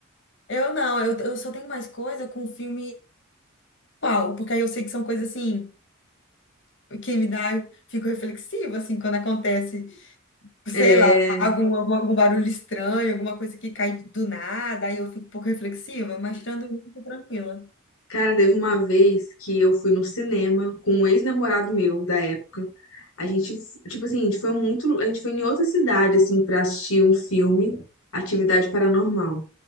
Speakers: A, on the left (about 55°); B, on the left (about 80°).
A: Eu não, eu, eu só tenho mais coisa com filme. qual, porque aí eu sei que são coisas assim que me dá, eu fico reflexiva assim quando acontece, sei
B: é
A: lá, algum, algum, algum barulho estranho, alguma coisa que cai do nada, aí eu fico um pouco reflexiva, mas tirando isso, eu tô tranquila.
B: Cara, teve uma vez que eu fui no cinema com um ex-namorado meu da época. A gente, tipo assim, a gente foi muito, a gente foi em outra cidade assim pra assistir um filme, Atividade Paranormal.